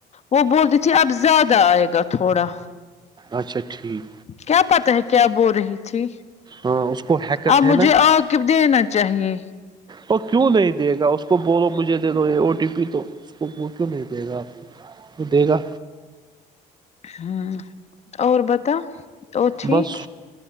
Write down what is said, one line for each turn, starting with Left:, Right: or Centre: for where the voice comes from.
Left: وہ بولتی تھی اب زیادہ آئے گا تھوڑا
Right: اچھا ٹھیک
Left: کیا پتاہ ہے کیا بول رہی تھی
Right: ہاں اس کو حیکت
Left: آ
Right: ہے
Left: مجھے
Right: نا
Left: آکب دینا چاہیے
Right: وہ کیوں نہیں دے گا اس کو بولو مجھے دے دو یہ او ٹی پی تو اس کو وہ کیوں نہیں دے گا وہ دے گا
Left: ہ اور بتا اور ٹھیک
Right: بس